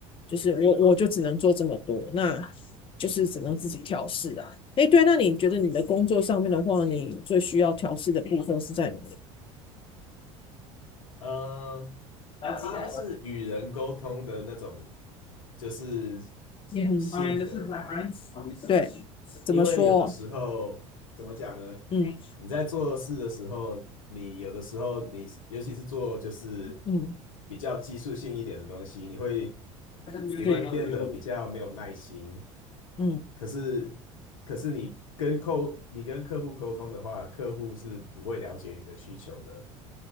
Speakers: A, on the left; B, on the left.
A: 就是我我就只能做这么多，那就是只能自己调试啊。
B: <laughs> 嗯嗯嗯。
A: 诶，对，那你觉得你的工作上面的话，你最需要调试的部分是在哪里？
B: 嗯，
A: 嗯
B: 应该是与人沟通的那种，就是
A: 嗯，
B: 性格吧。
A: 对，怎么说？
B: 因为有的时候，怎么讲呢？
A: 嗯
B: 你在做事的时候，你有的时候你，尤其是做就是
A: 嗯，
B: 比较技术性一点的东西，你会
A: 对，
B: 你会变得比较没有耐心。
A: 嗯
B: 可是，可是你跟客你跟客户沟通的话，客户是不会了解你的需求的。